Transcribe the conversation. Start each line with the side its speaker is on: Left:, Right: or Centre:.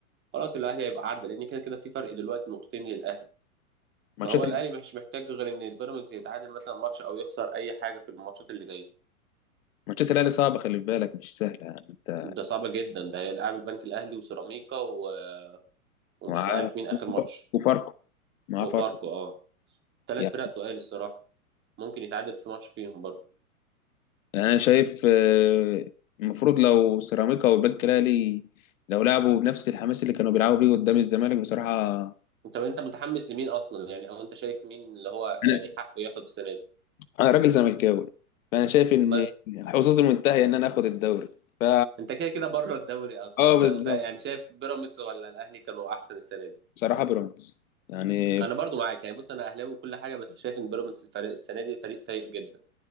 Right: خلاص الاهلي هيبقى عدى لان كده كده في فرق دلوقتي نقطتين للاهلي فهو
Left: ماتشات
Right: الاهلي مش محتاج غير ان البيراميدز يتعادل مثلا ماتش او يخسر اي حاجه في الماتشات اللي جايه
Left: ماتشات الاهلي صعبه خلي بالك مش سهله يعني انت
Right: ده صعب جدا ده هيلعب البنك الاهلي وسيراميكا و... ومش
Left: مع
Right: عارف مين اخر ماتش
Left: وفاركو مع
Right: وفاركو
Left: فرق
Right: اه ثلاث
Left: يعني
Right: فرق تقال الصراحه ممكن يتعادل في ماتش فيهم برضه
Left: انا شايف آه، المفروض لو سيراميكا والبنك الاهلي لو لعبوا بنفس الحماس اللي كانوا بيلعبوا بيه قدام الزمالك بصراحه
Right: انت انت متحمس لمين اصلا يعني او انت شايف مين اللي هو
Left: انا
Right: يعني حقه ياخد السنه دي
Left: انا راجل زملكاوي فانا شايف ان
Right: ما
Left: حظوظي منتهيه ان انا اخد الدوري ف
Right: انت كده كده بره الدوري اصلا
Left: اه
Right: فانت
Left: بالظبط
Right: يعني شايف بيراميدز ولا الاهلي كانوا احسن السنه دي
Left: بصراحه بيراميدز يعني
Right: انا برضو معاك يعني بص انا اهلاوي وكل حاجه بس شايف ان بيراميدز الفريق السنه دي فريق فايق جدا